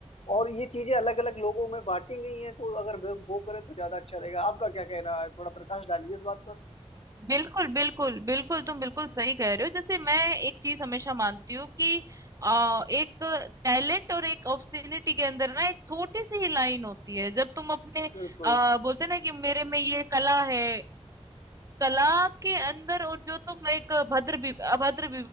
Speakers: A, on the left; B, on the right.
A: और ये चीजें अलग अलग लोगों में बांटी गई हैं तो अगर वो वो करें तो ज्यादा अच्छा रहेगा आपका क्या कहना है थोड़ा प्रकाश डालिए इस बात पर
B: बिल्कुल बिल्कुल बिल्कुल तुम बिल्कुल सही कह रहे हो जैसे मैं एक चीज हमेशा मानती हूँ कि आ, एक टैलेंट और एक ऑब्स्टिनिटी के अंदर ना एक छोटी सी ही लाइन होती है जब तुम अपने
A: बिल्कुल
B: आ, बोलते ना कि मेरे में ये कला है कला के अंदर और जो तुम एक भद्र बि- अभद्र